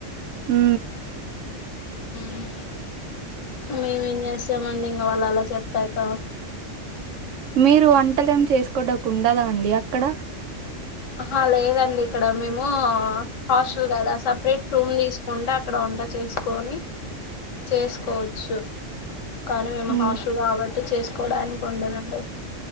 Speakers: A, on the right; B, on the left.
A: మ్
B: మ్ మేమేం చేస్తమండి ఇంగ వాళ్ళు అలా చెప్పాక
A: మీరు వంటలు ఏం చేసుకోవడానికి ఉండదా అండి అక్కడ
B: ఆహ లేదండి ఇక్కడ మేము హాస్టల్ కదా సపరేట్ రూమ్ తీస్ కుండా అక్కడ వంట చేసుకొని చేసుకోవచ్చు కానీ మేము
A: ఉమ్
B: హాస్టల్ కాబట్టి చేసుకోవడానికి ఉండదండి